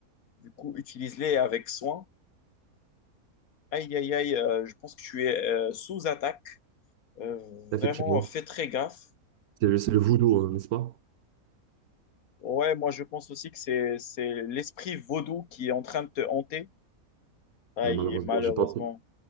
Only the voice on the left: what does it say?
Du coup, utilise-les avec soin. Aïe, aïe, aïe, euh, je pense que tu es euh, sous attaque. Euh,
vraiment, fais très gaffe.
Ouais, moi, je pense aussi que c'est, c'est l'esprit vaudou qui est en train de te hanter. Aïe,
malheureusement.